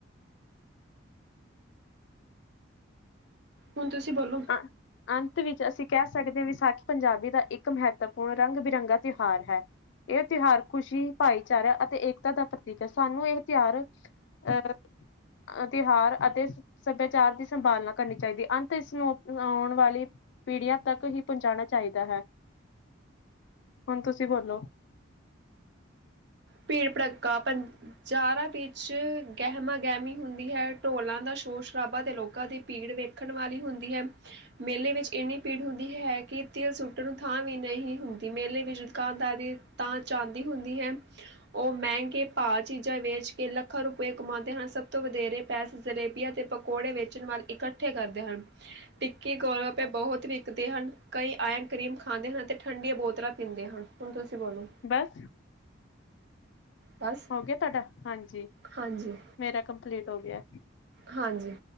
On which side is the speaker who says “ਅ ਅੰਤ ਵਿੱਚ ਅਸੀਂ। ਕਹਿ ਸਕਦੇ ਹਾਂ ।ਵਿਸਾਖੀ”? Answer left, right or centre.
Left